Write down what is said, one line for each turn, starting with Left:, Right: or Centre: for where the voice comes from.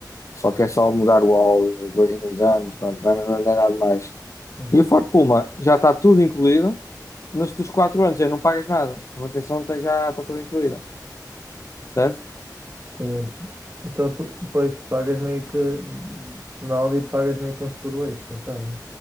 Left: Só que é só mudar o óleo, dois em dois anos, pronto, não, é- não é nada mais.
Right: Hum,
Left: E o Ford Puma já está tudo incluído, nos dos 4 anos aí não pagas nada, a manutenção tem- já está toda incluída, percebe?
Right: sim. Então, tu, pois, pagas meio que. Ronaldo e pagas meio que um seguro extra, então, né?